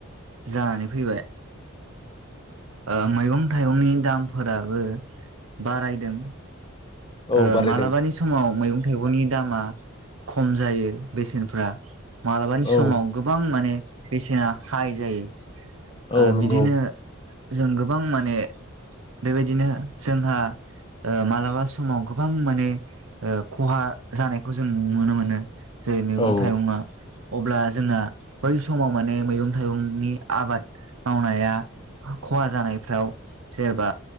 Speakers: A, on the right; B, on the left.
A: जानानै फैबाय ओ मैगं थाइगंनि दामफोराबो बारायदों ओ
B: औ बारायदों
A: मालाबानि समाव मैगं थाइगंनि दामा खम जायो बेसेनफ्रा मालाबानि समाव
B: औ
A: गोबां माने बेसेना हाय जायो ओ
B: औ नंगौ
A: बिदिनो जों गोबां माने बेबायदिनो जोंहा ओ मालाबा समाव गोबां माने ओ खहा जानायखौ जों नुनो मोनो। जेरै मैगं
B: औ
A: थाइगंआ अब्ला जोंना बै समाव माने मैगं थाइगंनि आबाद मावनाया खहा जानायफ्राव जेबा